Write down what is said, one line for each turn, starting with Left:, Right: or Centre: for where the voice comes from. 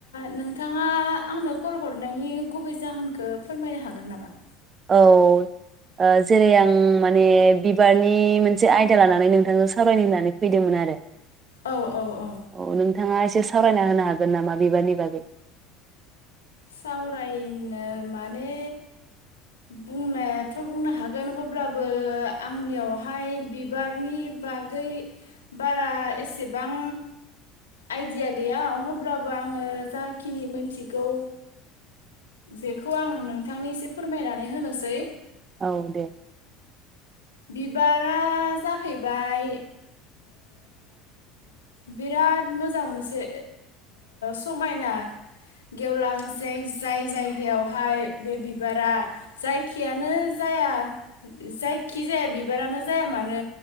Left: नोंथाङा आंनो कल हरनायनि गुबै जाहोनखौ फोरमायनो हागोन नामा?
Right: औ जेरै आं माने बिबारनि मोनसे आयदा लानानै नोंथांजों सावरायनो होननानै फैदोंमोन आरो।
Left: औ औ औ।
Right: औ नोंथाङा एसे सावरायना होनो हागोन नामा बिबारनि बागै
Left: सावरायनो माने बुंनायाथ' बुंनो हागोन अब्लाबो आंनियावहाय बिबारनि बागै बारा एसेबां आइडिया गैया अब्लाबो आङो जाखिनि मोनथिगौ। बेखौ आं नोंथांनि एसे फोरमायनानै होनोसै
Right: औ दे।
Left: बिबारा जाहैबाय बिराद मोजां मोनसे समायना गेवलां जाय जायगायावहाय बे बिबारा जायखियानो जाया जाय खि जाया बिबारानो जाया मानो